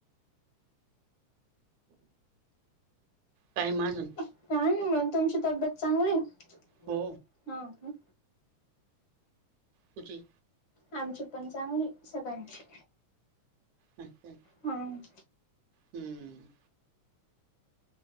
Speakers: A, on the right (about 80°); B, on the left (about 55°).
A: टाईम हाय आझून
B: काय नाही मंग तुमची तब्येत चांगली ए?
A: हो
B: हा का?
A: कुठे?
B: आमची पण चांगली सगळ्यांची.
A: अच्छा.
B: हां.
A: हू म.